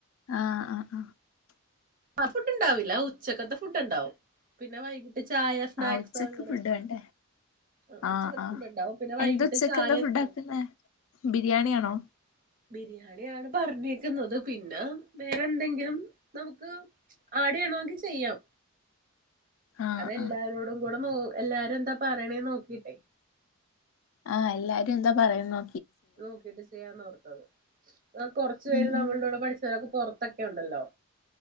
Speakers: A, on the left; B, on the right.
A: ആ ആ ആ
B: ആ ഫുഡ് ഉണ്ടാവില്ല ഉച്ചക്കത്തെ ഫുഡ്‌ ഉണ്ടാവും പിന്നെ വൈകി ചായ സ്നാക്സ്
A: ആഹ് ഉച്ചക്ക്
B: അങ്ങനെ
A: ഫുഡ് വേണ്ടേ
B: ആ
A: ആഹ്
B: ഉച്ചക്കത്തെ
A: ആഹ്
B: ഫുഡ് ഉണ്ടാവും പിന്നെ വൈകിട്ട്
A: എന്താ ഉച്ചക്ക്
B: ചായ
A: എന്താ ഫുഡ്
B: സ്നാക്
A: ആക്കുന്നെ ബിരിയാണിയാണോ
B: ആ ബിരിയാണിയാണ് പർഞ്ഞേക്കുന്നത് പിന്ന വേറെന്തെങ്കിലും നമുക് ആടെയ്യണോങ്കി ചെയ്യാം
A: ആഹ്
B: അതെല്ലാരോടും
A: ആഹ്
B: കൂടെ നോ എല്ലാരു എന്താ പറയണേന്ന് നോക്കിട്ടെ
A: ആ എല്ലാരു എന്താ പറയുന്നോ
B: നോക്കിട്ട് ചെയ്യാന്നോർത്തത് ആ കൊറ്ച് പേര്
A: ഉം
B: നമ്മള്ടുടെ
A: ഉം
B: പഠിച്ചവരൊക്കെപൊറ അതൊക്കെ ഉണ്ടല്ലോ